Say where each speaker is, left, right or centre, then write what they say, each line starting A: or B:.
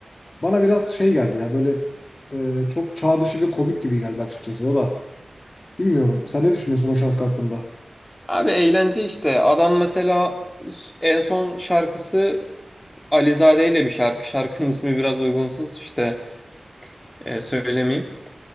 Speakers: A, on the left (about 40°); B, on the left (about 15°).
A: bana biraz şey geldi ya böyle e, çok çağ dışı ve komik gibi geldi açıkçası o da. Bilmiyorum. Sen ne düşünüyorsun o şarkı hakkında?
B: Abi eğlence işte. Adam mesela s- en son şarkısı Alizade ile bir şarkı. Şarkının ismi biraz uygunsuz işte e, söylemeyeyim.